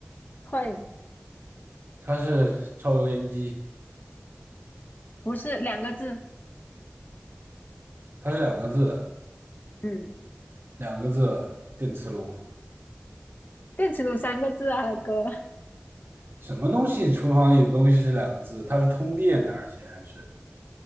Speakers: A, on the left (about 45°); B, on the right (about 55°).
A: 会，
B: 它是抽油烟机，
A: 不是两个字，
B: 它是两个字
A: 嗯，
B: 两个字电磁炉。
A: 电磁炉三个字啊，哥，
B: 什么东西？厨房里的东西是两个字，它是通电的，而且还是